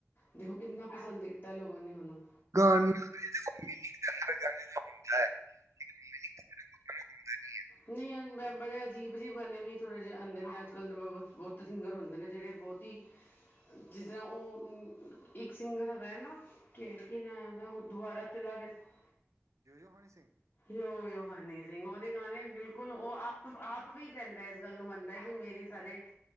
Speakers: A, on the left (about 40°); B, on the right (about 80°).
A: ਦੇਖੋ ਕਿੰਨਾ ਪਸੰਦ ਕੀਤਾ ਲੋਕ ਉਹ ਨਹੀਂ ਹਨੂੰ
B: ਗਣ <inaudible> ਜਾ ਦਾ <inaudible>
A: ਨਹੀਂ ਬੜੇ ਅਜੀਬ ਅਜੀਬ ਗਾਣੇ ਵੀ ਥੋੜੇ ਜਿਹੇ ਆਉਂਦੇ ਨੇ ਅੱਜ ਕੱਲ ਦੇ ਬਹੁਤ ਸਿੰਗਰ ਹੁੰਦੇ ਨੇ ਜਿਹੜੇ ਬਹੁਤ ਹੀ ਜਿਸ ਤਰ੍ਹਾਂ ਉਹ ਇੱਕ ਸਿੰਗਰ ਹੈਗਾ ਹੈ ਨਾ ਕਿ ਇਹ ਨਾ ਹ ਦੁਬਾਰਾ ਚਲਾ ਗਿਆ ਸੀ ਯਓ ਯਓ ਹਨੀ ਸਿੰਘ ਉਹਦੇ ਗਾਣੇ ਬਿਲਕੁਲ ਉਹ ਆਪ ਆਪ ਵੀ ਕਹਿੰਦਾ। ਇਸ ਗੱਲ ਨੂੰ ਮੰਨ ਕਿ ਮੇਰੇ ਸਾਰੇ